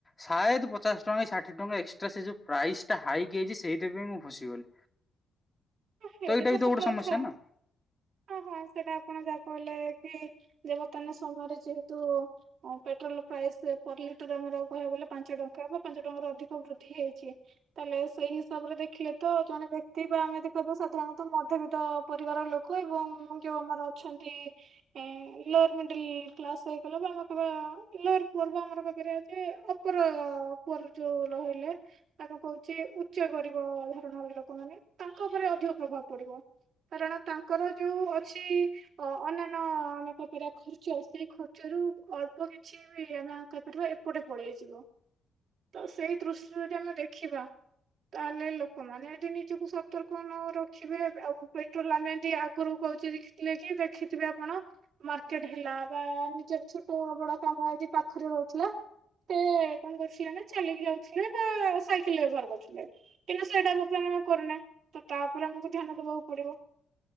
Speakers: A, on the left; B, on the right.
A: ସାୟଦ ପଚାଶ ଟଙ୍କା କି ଷାଠିଏ ଟଙ୍କା ଏକ୍ସ୍ଟ୍ରା ସେ ଯୋଉ ପ୍ରାଇସ ଟା ହାଇକି ହେଇଛି ସେଇଥିପାଇଁ ମୁଁ ଫସିଗଲି।
B: ସେଇଟା
A: ଏଇଟା
B: ତ
A: ବି
B: ସତ
A: ଗୋଟେ
B: କଥା
A: ସମସ୍ୟା ନା।
B: ଅହ ସେଟା ଆପଣ ଯାହା କହିଲେ କି? ଯେ ବର୍ତ୍ତମାନ ସମୟରେ ଯେହେତୁ ପେଟ୍ରୋଲ ପ୍ରାଇସ ପର ଲିଟର ଆମର କହିବାକୁ ଗଲେ ପାଞ୍ଚ ଟଙ୍କା ବା ପାଞ୍ଚ ଟଙ୍କାରୁ ଅଧିକ ବୃଦ୍ଧି ହେଇଛି। ତାହେଲେ ସେଇ ହିସାବରେ ଦେଖିଲେ ତ ଜଣେ ବ୍ୟକ୍ତି ବା ଆମେ ଯଦି କହିବା ସାଧାରଣତଃ ମଧ୍ୟବିତ୍ତ ପରିବାର ଲୋକ ଏବଂ ଯୋଉ ଆମର ଅଛନ୍ତି ଏ ଲୋଅର ମିଡିଲ୍ କ୍ଲାସ ହେଇଗଲା ବା ଆମେ କହିବା ଲୋଅର ପୁଅର ବା ଆମର କହିପାରିବା ଯେ ଅପର ପୁଅର ଯୋଉ ରହିଲେ, ଆମେ କହୁଛେ ଉଚ୍ଚ ଗରିବ ଧରଣର ଲୋକମାନେ। ତା ଲୋକ ଉପରେ ଅଧିକ ପ୍ରଭାବ ପଡିବ। କାରଣ ତାଙ୍କର ଯୋଉ ଅଛି ଅନ୍ୟାନ୍ୟ ଆମେ କପରା ଖର୍ଚ୍ଚ? ସେଇ ଖର୍ଚ୍ଚରୁ ଅଳ୍ପ କିଛି ବି ଆମେ କହିପରିବା ଏପଟେ ପଳେଇଯିବ। ତ ସେଇ ଦୃଷ୍ଟିରୁ ଯଦି ଆମେ ଦେଖିବା ତାହେଲେ ଲୋକମାନେ ଯଦି ନିଜକୁ ସ ଉତ୍ତର କଣ ଆଉ ରଖିବେ ଆଉ ପେଟ୍ରୋଲ ଆମେ ଯେମିତି ଆଗରୁ କହୁଛେ ଦେଖିଥିଲେ କି ଦେଖିଥିବେ ଆପଣ? ମାର୍କେଟ ହେଲା ବା ନିଜର ଛୋଟ ବଡ କାମ ଆଜି ପାଖରେ ରହୁଥିଲା। ସେ କଣ କରୁଥିଲେ ନା ଚାଲିକି ଯାଉଥିଲେ ବା ସାଇକେଲ ବ୍ୟବହାର କରୁଥିଲେ। କିନ୍ତୁ ସେଇଟା ବର୍ତ୍ତମାନ ଆମେ କରୁନା। ତ ତାଉପରେ ଆମକୁ ଧ୍ୟାନ ଦବାକୁ ପଡିବ।